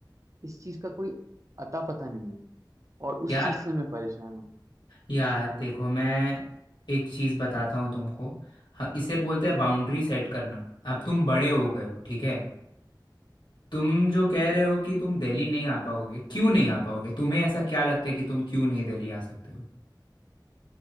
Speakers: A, on the right; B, on the left.
A: इस चीज का कोई अता पता नहीं है और उस
B: यार
A: चीज से मैं परेशान हूँ
B: यार देखो मैं एक चीज बताता हूँ तुमको ह- इसे बोलते हैं बाउंड्री सेट करना अब तुम बड़े हो गए हो ठीक है तुम जो कह रहे हो कि तुम दिल्ली नहीं आ पाओगे क्यों नहीं आ पाओगे तुम्हें ऐसा क्या लगता है कि तुम क्यों नहीं दिल्ली आ सकते हो